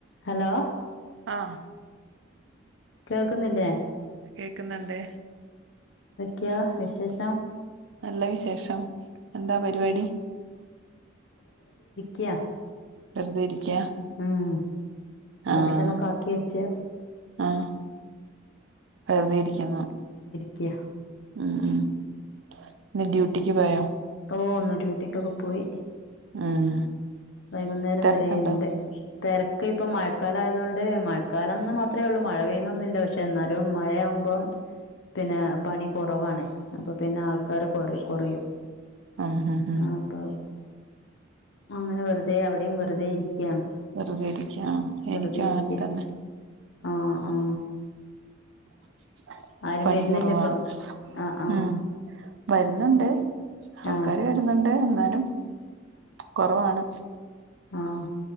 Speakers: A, on the left (about 60°); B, on the right (about 65°).
A: Hello
B: ആഹ്
A: കേൾക്കുന്നില്ലേ
B: കേക്ന്നുണ്ട്
A: ക്യാ വിശേഷം
B: നല്ല വിശേഷം എന്താ പരിപാടി
A: ക്യാ
B: വെറുതെ ഇരിക്ക
A: ഉം
B: ആഹ്
A: ഭക്ഷണൊക്കെ ആക്കി വെച്ച്
B: ആഹ് വെറുതെ ഇരിക്കുന്നു
A: ക്യ
B: ഉം ഉം ഇന്ന് ഡ്യൂട്ടിക്ക് പോയോ
A: ഓ ഒന്ന് ഡ്യൂട്ടിക്ക്ക്കെ പോയി
B: ഉം
A: വൈകുന്നേരം
B: തിരക്കുണ്ടോ
A: വരെ ഇണ്ട് തിരക്ക് ഇപ്പം മഴക്കാലയത കൊണ്ട് മഴക്കാലന്ന് മാത്രമേ ഉള്ളൂ മഴ പെയ്യുന്നൊന്നില്ല പക്ഷെ എന്നാലും മഴയാകുമ ്പ പിന്നെ പണി കുറവാാണ് അപ്പൊ പിന്നെ ആൾക്കാാര് കൊറ കുറയും
B: ആഹ ഹ ഹം
A: അപ്പൊ അങ്ങനെ വെറുതെ അവിടെയും വെറുതെ ഇരിക്കയാണ്
B: വെറുതെ ഇരിക്ക ആഹ്
A: വെറുതെ
B: എനിക്കും
A: ഇരിക്ക
B: അങ്ങനെ തന്നെ
A: ആഹ ആഹ
B: <unintelligible>
A: ആരും
B: പണി
A: വരുന്നില്ല
B: കുറവാണ്
A: ഇപ്പൊ ആ ആ
B: ഉം വരുന്നുണ്ട് ആൾക്കാാര്
A: ആ
B: വരുന്നുണ്ട് എന്നാലും കുറവാണ്
A: ആഹ